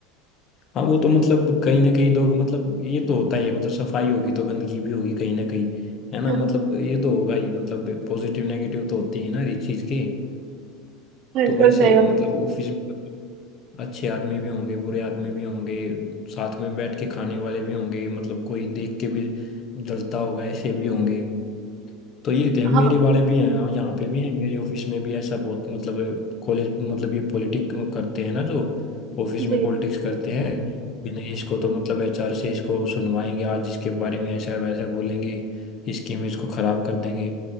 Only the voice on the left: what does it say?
हाँ वो तो मतलब कहीं ना कहीं तो मतलब ये तो होता ही है मतलब सफाई होगी तो गंदगी भी होगी कहीं ना कहीं है ना
मतलब ये तो होगा ही मतलब पॉजिटिव नेगेटिव तो होती है ना हर चीज के
तो वैसे
मतलब
ऑफिस में मतलब अच्छे आदमी भी होंगे बुरे आदमी भी होंगे साथ में बैठ के खाने वाले भी होंगे मतलब कोई देख के भी जलता होगा ऐसे भी होंगे तो ये थे
मेरे
वाले भी हैं यहाँ पे भी हैं मेरे ऑफिस में भी ऐसा बहुत मतलब कॉलेज मतलब ये पॉलिटिक करते हैं ना जो ऑफिस
में पॉलिटिक्स करते हैं कि नहीं इसको तो मतलब एचआर से इसको सुनवाएंगे आज इसके बारे में ऐसा वैसा बोलेंगे इसकी इमेज को खराब कर देंगे